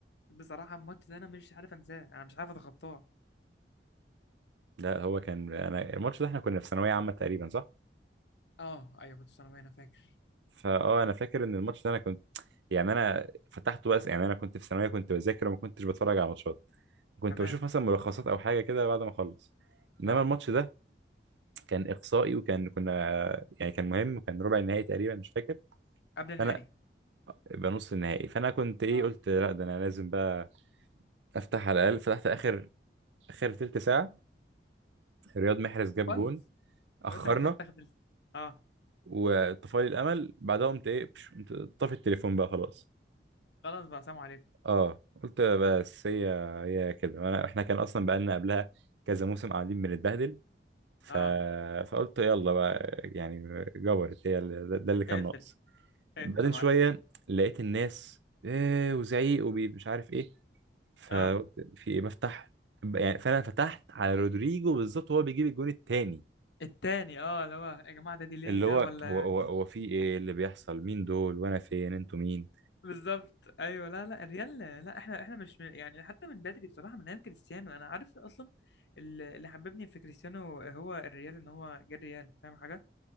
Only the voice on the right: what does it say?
لا هو كان انا الماتش ده احنا كنا في ثانويه عامه تقريبا صح
فاه انا فاكر ان الماتش ده انا كنت يعني انا فتحته بس يعني انا كنت في ثانويه كنت بذاكر وما كنتش بتفرج على ماتشات كنت
بشوف مثلا ملخصات او حاجه كده بعد ما اخلص انما
الماتش ده كان اقصائي وكان كنا يعني كان مهم وكان ربع النهائي تقريبا مش فاكر
فانا يبقى نص النهائي فانا كنت ايه
قلت لا ده انا لازم بقى افتح على الاقل فتحت اخر اخر تلت ساعه رياض محرز جاب
جون اخرنا
وطفالي الامل بعدها قمت ايه بش- قمت طافي التليفون بقى خلاص
اه قلت بس هي هي كده وانا احنا كان اصلا بقالنا قبلها كذا موسم قاعدين بنتبهدل ف...
فقلت يلا بقى يعني جبرت هي ال- ده ده اللي كان
ناقص
بعدين
شويه لقيت الناس ايه وزعيق ومش عارف ايه فقلت
في ايه بفتح يعني فانا فتحت على رودريجو بالظبط وهو بيجيب الجون التاني
اللي
هو
هو هو, هو في ايه اللي بيحصل مين دول وانا فين انتوا مين